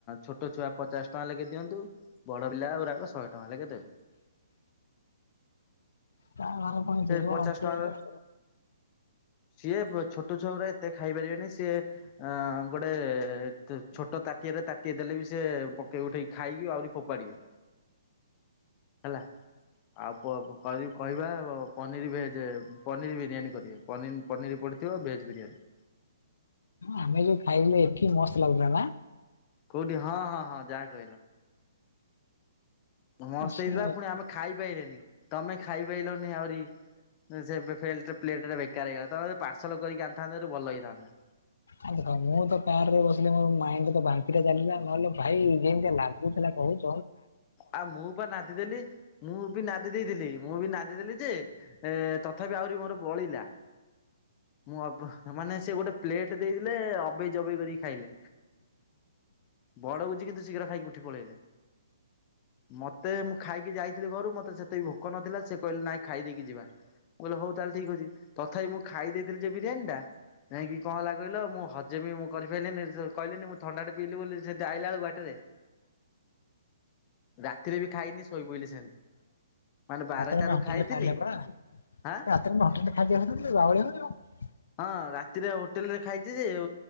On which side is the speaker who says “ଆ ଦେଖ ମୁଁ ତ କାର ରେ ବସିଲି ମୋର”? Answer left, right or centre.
Left